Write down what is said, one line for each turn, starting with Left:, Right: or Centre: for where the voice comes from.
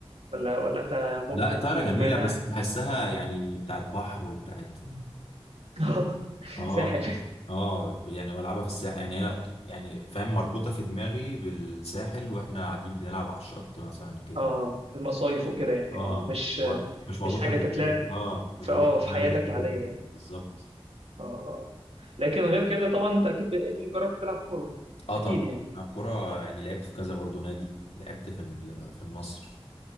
Right: ولا ولا انت ممكن
Left: لا الطايره
Right: تدوس
Left: جميله
Right: بما انها
Left: بس بحسها يعني
Right: اه
Left: بتاعت بحر وبتاعت
Right: <laughs>
Left: اه
Right: ساحل
Left: فاهم؟ اه يعني بلعبها في الساحل يعني انا يعني فاهم مربوطه في دماغي بالساحل واحنا قاعدين بنلعب على الشط مثلا كده
Right: اه المصايف وكده يعني
Left: اه
Right: اه مش
Left: مر... مش مربوطه
Right: مش حاجه
Left: في
Right: تتلعب
Left: دماغي اه مش
Right: في
Left: مربوطه
Right: اه في
Left: في دماغي
Right: حياتك
Left: بالكوره
Right: العاديه يعني
Left: بالظبط
Right: اه اه آه. لكن غير كده طبعا انت اكيد يعني جربت تلعب كوره
Left: اه
Right: اكيد
Left: طبعا
Right: يعني
Left: انا كوره يعني لعبت في كذا برضو نادي لعبت في ال- في النصر